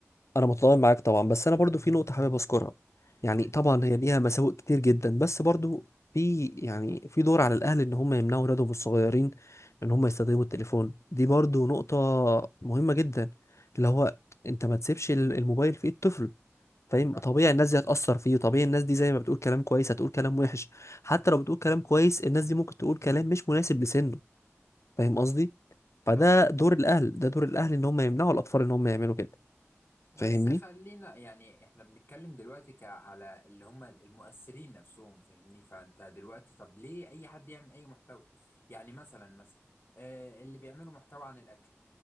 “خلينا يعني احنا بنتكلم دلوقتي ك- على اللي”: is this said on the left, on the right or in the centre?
Left